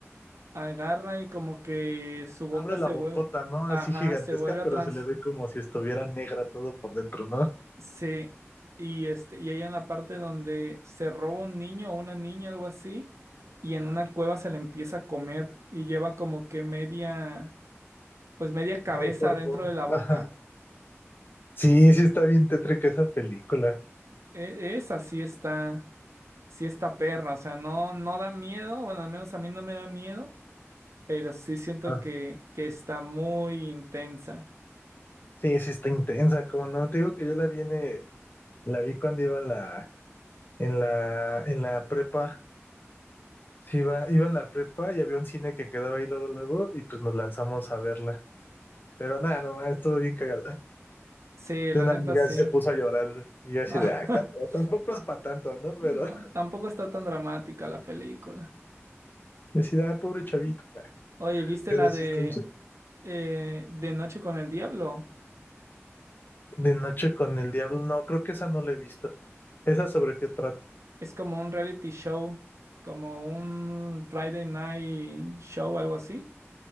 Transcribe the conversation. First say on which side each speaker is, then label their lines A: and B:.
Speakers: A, on the right; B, on the left.
A: agarra y como que su boca
B: Abre
A: se
B: la bocota,
A: vuelve,
B: ¿no?
A: ajá,
B: Así gigantesca,
A: se vuelve a
B: pero
A: trans,
B: se le ve como si estuviera negra todo por dentro, ¿no?
A: sí. Y este, y hay una parte donde se roba un niño o una niña, algo así, y en una cueva se le empieza a comer y lleva como que media, pues media cabeza
B: El cuerpo.
A: dentro de la boca.
B: ajá Sí, sí está bien tétrica esa película.
A: E- Esa sí está, sí está perra, o sea, no, no da miedo, bueno, al menos a mí no me da miedo, pero sí siento
B: Ah,
A: que, que está muy intensa.
B: sí, sí está intensa, como no, te digo que yo la vi en, eh, la vi cuando iba en la, en la, en la prepa. Sí, iba, iba en la prepa y había un cine que quedaba ahí luego, luego, y pues nos lanzamos a verla. Pero nada, nomás estuvo bien cagado.
A: Sí, la
B: De una
A: neta
B: amiga
A: sí.
B: sí se puso a llorar y yo así
A: <laughs>
B: de, ah, cabrón, tampoco es para tanto, ¿no?
A: No,
B: Pero <laughs>
A: tampoco está tan dramática la película.
B: yo así de, ah, pobre chavito.
A: Oye, ¿viste
B: Pero
A: la
B: sí
A: de
B: está ch-
A: eh, De Noche con el Diablo?
B: De noche con el diablo, no, creo que esa no la he visto. ¿Esa sobre qué trata?
A: Es como un reality show, como un Friday Night Show, algo así.